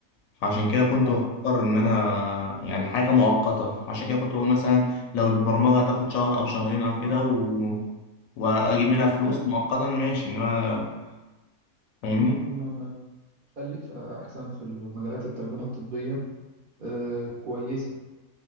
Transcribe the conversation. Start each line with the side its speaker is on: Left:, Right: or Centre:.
Left: فعشان كده كنت
Right: طبعا
Left: بفكر ان انا يعني حاجه مؤقته عشان كده كنت بقول مثلا لو البرمجه هتاخد شهر او شهرين او كده و... واجيب منها فلوس
Right: لا
Left: مؤقتا ماشي انما فاهمني
Right: لا ما خليك احسن في المجالات الترجمة الطبية آه، كويسة